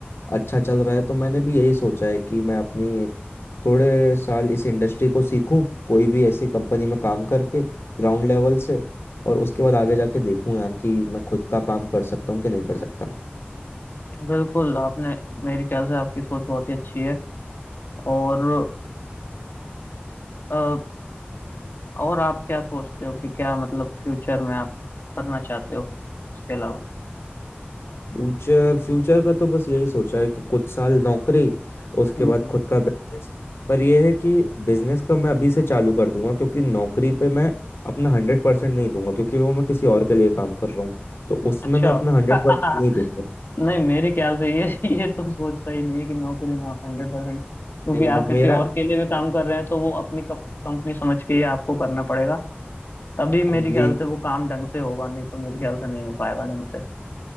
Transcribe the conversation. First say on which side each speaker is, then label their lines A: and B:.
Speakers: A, on the left; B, on the left.
A: अच्छा चल रहा है तो मैंने भी यही सोचा है कि मैं अपनी एक थोड़े साल इस इंडस्ट्री को सीखूं कोई भी ऐसी कंपनी में काम करके ग्राउंड लेवल से और उसके बाद आगे जाके देखूं यार कि मैं खुद का काम कर सकता हूँ कि नहीं कर सकता
B: बिल्कुल आपने मेरे ख्याल से आपकी सोच बहुत ही अच्छी है और अ, और आप क्या सोचते हो कि क्या मतलब फ्यूचर में आप करना चाहते हो इसके अलावा
A: फ्यूचर फ्यूचर का तो बस यही सोचा है कि कुछ साल नौकरी उसके
B: हम्म
A: बाद खुद का बिजनेस पर यह है कि बिजनेस का मैं अभी से चालू कर दूंगा क्योंकि नौकरी पे मैं अपना हंड्रेड परसेंट नहीं दूंगा क्योंकि वो मैं किसी और के लिए काम कर रहा हूँ तो उसमें
B: अच्छा
A: मैं अपना हंड्रेड
B: <laughs>
A: परसेंट नहीं दूंगा
B: नहीं मेरे ख्याल से ये <laughs> ये तो सोच सही नहीं है कि नौकरी में आप हंड्रेड परसेंट क्योंकि
A: नहीं अब
B: आप किसी
A: मेरा
B: और के लिए भी काम कर रहे हैं तो वो अपनी कंपनी समझ के ही आपको करना पड़ेगा तभी मेरे
A: अब यही
B: ख्याल से वो काम ढंग से होगा नहीं तो मेरे ख्याल से नहीं हो पाएगा ढंग से